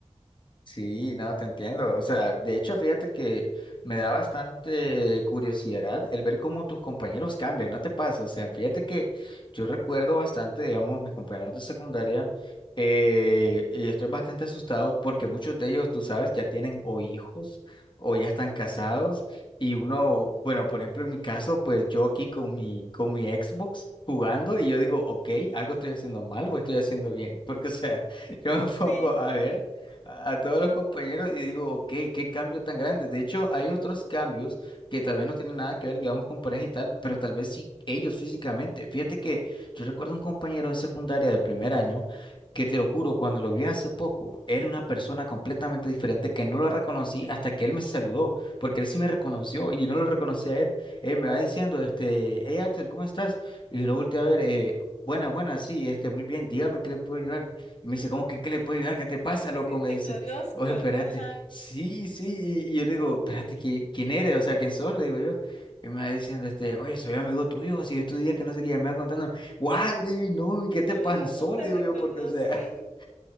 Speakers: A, on the left (about 40°); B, on the left (about 75°).
A: Sí, no, te entiendo. O sea, de hecho, fíjate que me da bastante curiosidad el ver cómo tus compañeros cambian, ¿no te pasa? O sea, fíjate que yo recuerdo bastante, digamos, mis compañeros de secundaria eh, y estoy bastante asustado porque muchos de ellos, tú sabes, ya tienen o hijos o ya están casados y uno, bueno, por ejemplo, en mi caso, pues yo aquí con mi, con mi Xbox. jugando y yo digo, ok, algo estoy haciendo mal o estoy haciendo bien, <laughs> porque o sea, <laughs> yo me pongo
B: Sí.
A: a ver a a todos los compañeros y digo, ok, qué cambio tan grande. De hecho, hay otros cambios que tal vez no tienen nada que ver, digamos, con pareja y tal, pero tal vez sí ellos físicamente. Fíjate que yo recuerdo un compañero de secundaria del primer año que te lo juro, cuando lo vi hace poco, era una persona completamente diferente que no lo reconocí hasta que él me saludó, porque él sí me reconoció y yo no lo reconocí a él. Él me va diciendo, este, hey Axel, ¿cómo estás? Y yo lo volteé a ver, eh, buena, buena, sí, este, muy bien, dígame qué le puedo ayudar. Y me dice, ¿cómo que en qué le puedo ayudar? ¿Qué te
B: <laughs>
A: pasa, loco?
B: Sí,
A: Me
B: te
A: dice,
B: conozco.
A: oye, espérate,
B: Ajá.
A: sí, sí. Y, y yo le digo, espérate, ¿qui- ¿quién eres? O sea, ¿quién sos? Le digo yo. Y me va diciendo, este, oye, soy amigo tuyo, si yo estudié, que no sé qué, ya me va contando, guau, le digo, no, ¿y qué te
B: Como
A: pasó?
B: no, no te
A: Le
B: reconocí.
A: digo yo, porque, o sea, <laughs>